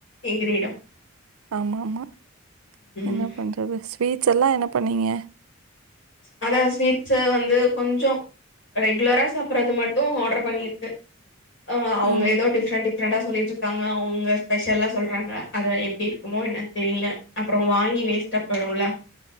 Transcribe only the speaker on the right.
ஆமாம்மா என்ன
பண்றது ஸ்வீட்ஸ் எல்லா என்ன பண்ணுங்க
ம்.